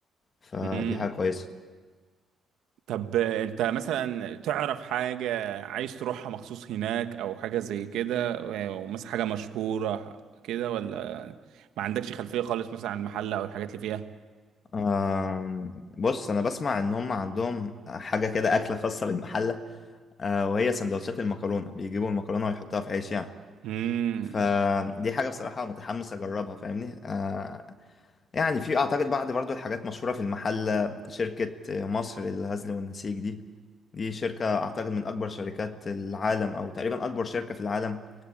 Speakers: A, on the left; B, on the right.
A: فدي
B: مم.
A: حاجة كويسة
B: طب انت مثلا تعرف حاجة عايز تروحها مخصوص هناك او حاجة زي كده ومثلا حاجة مشهورة كده ولا ما عندكش خلفية خالص مثلا عن المحل او الحاجات اللي فيها
A: آه بص أنا بسمع إن هم عندهم حاجة كده أكلة خاصة بالمحلة آه وهي سندوتشات المكرونة بيجيبوا المكرونة ويحطوها في عيش يعني
B: امم
A: فدي حاجة بصراحة متحمس أجربها فاهمني آه يعني في أعتقد بعض برضو الحاجات مشهورة في المحل شركة مصر للغزل والنسيج دي دي شركة أعتقد من أكبر شركات العالم أو تقريبا أكبر شركة في العالم